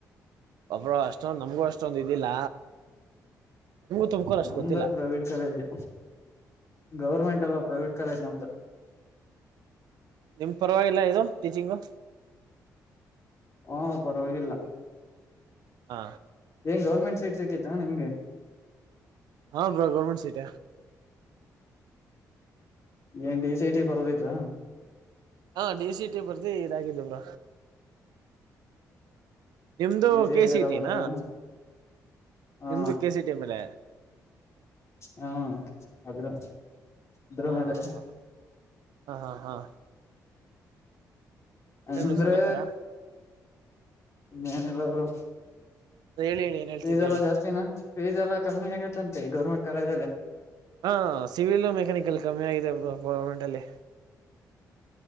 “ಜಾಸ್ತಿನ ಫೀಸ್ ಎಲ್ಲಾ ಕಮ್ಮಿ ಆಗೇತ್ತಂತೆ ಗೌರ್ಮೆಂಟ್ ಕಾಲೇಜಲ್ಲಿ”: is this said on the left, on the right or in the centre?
Left